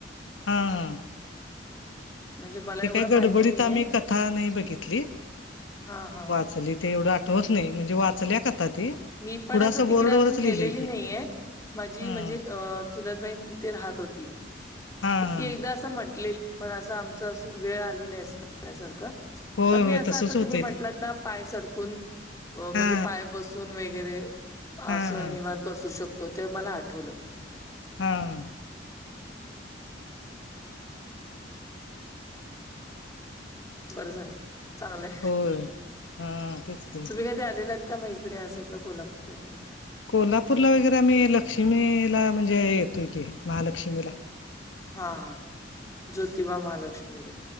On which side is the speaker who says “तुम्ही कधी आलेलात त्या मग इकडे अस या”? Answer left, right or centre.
Left